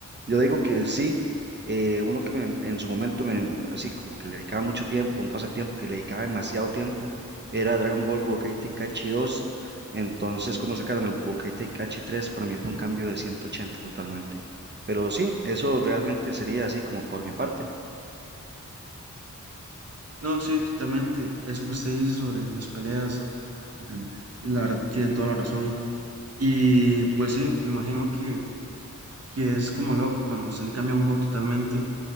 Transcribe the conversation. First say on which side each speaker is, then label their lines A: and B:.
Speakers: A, on the right; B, on the right.
A: Yo digo que sí, eh, uno que me- en su momento, me, así como que le dedicaba mucho tiempo, un pasatiempo que le dedicaba demasiado tiempo, era Dragon Ball Budokai Tenkaichi 2 entonces, cuando sacaron el Budokai Tenkaichi 3, para mí fue un cambio de 180 totalmente. Pero sí, eso realmente sería así como por mi parte.
B: No, sí, totalmente. Eso que usted dice sobre las peleas, mm, la verdad, tiene toda la razón. Y pues sí, me imagino que, que es como loco cuando se le cambia un juego totalmente.